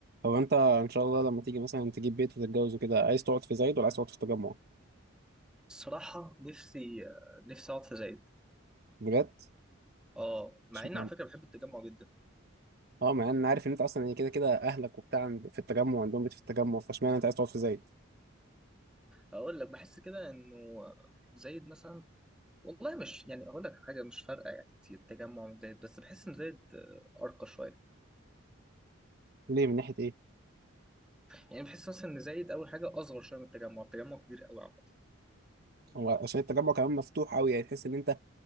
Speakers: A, on the right; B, in the centre.
A: هو انت ان شاء الله لما تيجي مثلا تجيب بيت وتتجوز وكده عايز تقعد في زايد ولا عايز تقعد في التجمع
B: الصراحة نفسي نفسي أقعد في زايد
A: بجد
B: أه مع
A: اشمعنى
B: إن على فكرة بحب التجمع جدا
A: اه مع ان انا عارف ان انت اصلا يعني كده كده اهلك وبتاع عند- في التجمع عندهم بيت في التجمع فاشمعنى انت عايز تقعد في زايد
B: هقول لك بحس كده إنه زايد مثلا والله مش يعني أقول لك حاجة مش فارقة يعني كتير التجمع من زايد بس بحس إن زايد آه، أرقى شوية
A: ليه من ناحيه ايه
B: يعني بحس مثلا إن زايد أول حاجة أصغر شوية من التجمع التجمع كبير قوي عامة
A: هو عشان التجمع كمان مفتوح قوي يعني تحس ان انت